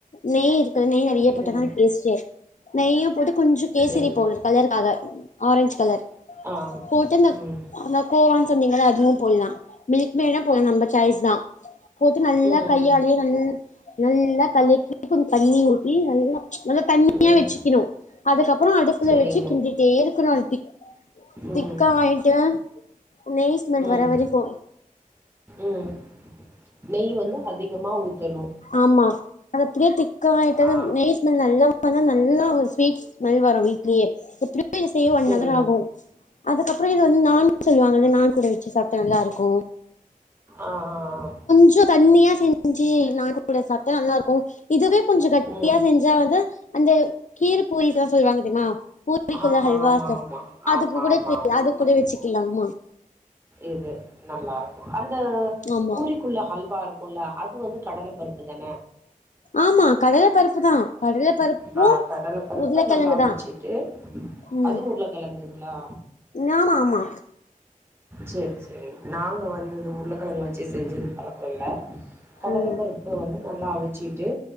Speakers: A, on the left; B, on the right.
A: நெய் இருக்கு நெய் நெறைய போட்டா
B: ம்
A: தா டேஸ்டே நெய்யு போட்டு கொஞ்சோ கேசரி
B: செரிங்க
A: பவுடர் கலருக்காக ஆரஞ்ச் கலர்
B: ஆ
A: போட்டு அந்த
B: ம்
A: கோவான்னு சொன்னீங்கள்ள அதுவு போடலா மில்க் மெய்ட்ம் போடலா நம்ம சாய்ஸ் தா போட்டு நல்லா
B: ம்
A: கையாலயே நல் நல்லா கலக்கி கொஞ்சோ தண்ணி ஊத்தி நல்லா நல்ல தண்ணியா
B: ம்
A: வச்சிக்கணு அதுக்கப் அப்பறோ அடுப்புல
B: செரிங்க
A: வச்சி கிண்டிட்டே இருக்கணு அது திக் திக்கா
B: ம்
A: ஆயிட்டு நெய் ஸ்மெல்
B: ம்
A: வர வரைக்கு
B: ம் நெய் வந்து அதிகமா ஊத்தணு
A: ஆமா அது அப்டியே திக்கா ஆயிட்டா
B: ஆ
A: நெய் ஸ்மெல் நல்லா வரு நல்லா ஒரு ஸ்வீட் ஸ்மெல் வரு வீட்லயே எப்டியு இத செய்ய ஒன்
B: செரிங்க
A: அவர் ஆகு அதுக்கப்பறோ இத வந்து நான்ன்னு சொல்லுவாங்கல்ல நான் கூட வச்சி சாப்ட்ட நல்லா இருக்கு
B: ஆ ஆ ஆ
A: கொஞ்சோ தண்ணியா செஞ் செஞ்சி நான் கூட சாப்டா நல்லா இருக்கு இதுவே கொஞ்சோ கட்டியா
B: ஆ ம்
A: செஞ்ச வந்து அந்த கீ பூரீஸ்லா சொல்லுவாங்க தெரியுமா பூவிக்குள்ள
B: ஆமா
A: ஹைவாசம்
B: ஆமா ஆமா
A: அதுக்கு
B: ஆமா
A: கூட
B: ஆமா
A: தெரிய
B: ஆமா
A: அது
B: ஆமா
A: கூட வச்சிக்கலாமா
B: இது நல்லா இருக்கு அந்த
A: ஆமா
B: பூரிக்குள்ள ஹல்வா இருக்குல்ல அது வந்து கடல பருப்பு தான
A: ஆமா கடல பருப்பு தான் கடலை பருப்பும்
B: ஆ கடல பருப்பு
A: உருளக்கிழங்கு
B: நல்லா
A: தான்
B: வச்சுட்டு
A: ம்
B: அது உருளக்கெழங்குங்களா
A: ஆமா ஆமா
B: சரி சரி நாங்க வந்துது உருளைக்கிழங்கு வச்சு செஞ்சது பழக்கம் இல்ல கடலப்பருப்பு
A: ம்
B: வந்து நல்லா அவிச்சிட்டு